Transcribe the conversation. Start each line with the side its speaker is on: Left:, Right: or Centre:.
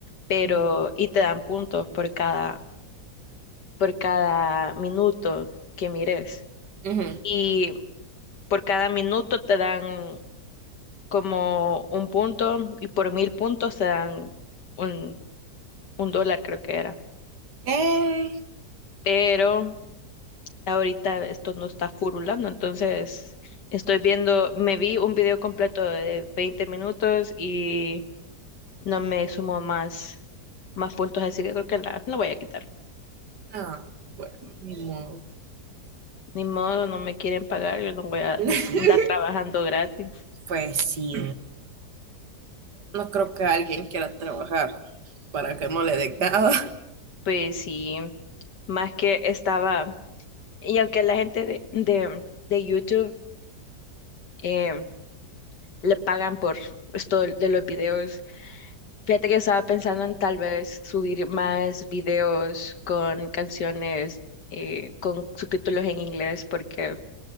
Left: pero
Right: Ujú,
Left: y te dan puntos por cada, por cada minuto que mires.
Right: ujú.
Left: Y por cada minuto te dan como un punto y por mil puntos te dan un, un dólar, creo que era.
Right: Eh,
Left: pero ahorita esto no está furulando, entonces estoy viendo, me vi un video completo de 20 minutos y no me sumo más, más puntos, así que creo que la, la voy a quitar.
Right: ah, bueno, ni modo.
Left: Ni modo, no me quieren pagar, yo no voy a
Right: <laughs>
Left: andar trabajando gratis.
Right: Pues sí. No creo que alguien quiera trabajar para que no le den nada.
Left: Pues sí, más que estaba, y aunque la gente de, de, de YouTube eh, le pagan por esto de los videos, Fíjate que estaba pensando en tal vez subir más videos con canciones eh, con subtítulos en inglés, porque